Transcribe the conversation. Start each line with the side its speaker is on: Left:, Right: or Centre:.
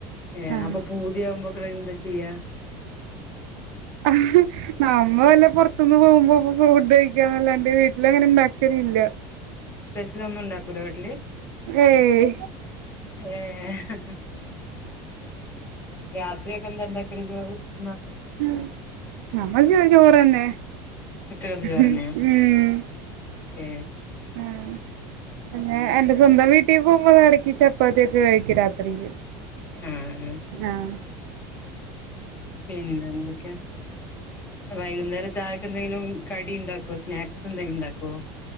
Left: ഏ
Right: ആഹ്
Left: അപ്പൊ <unintelligible> എന്താ ചെയ്യാ
Right: <unintelligible> നമ്മ വല്ല പുറത്തുന്ന് പോകുമ്പോ ഫു ഫുഡ് കഴിക്കാന്നല്ലാണ്ട് വീട്ടില് അങ്ങനെ ഇണ്ടാക്കലില്ല
Left: സ്പെഷ്യൽ ഒന്നും ഉണ്ടാക്കൂല്ല വീട്ടില്
Right: ഏയ്
Left: ഏ <unintelligible> രാത്രിയൊക്കെ എന്താണ്ട <unintelligible> <unintelligible>
Right: <unintelligible> നമ്മള് <unintelligible> ചോറ് തന്നെ <unintelligible>
Left: ഉച്ചക്കത്തെ ചോറന്നെയാ
Right: ഉം
Left: ഏ
Right: ഉം പിന്നെ എന്റെ സ്വന്തം വീട്ടിൽ പോ <unintelligible> നമ്മള് ഇടയ്ക്ക് ചപ്പാത്തിയൊക്കെ കഴിക്കും രാത്രിയില്
Left: ആഹ്
Right: ആഹ്
Left: പിന്നെ എന്തൊക്കെയാ വൈകുന്നേരം ചായക്ക് എന്തെങ്കിലും കടി ഇണ്ടാക്കോ സ്നാക്സ് എന്തെങ്കിലും ഇണ്ടാക്കോ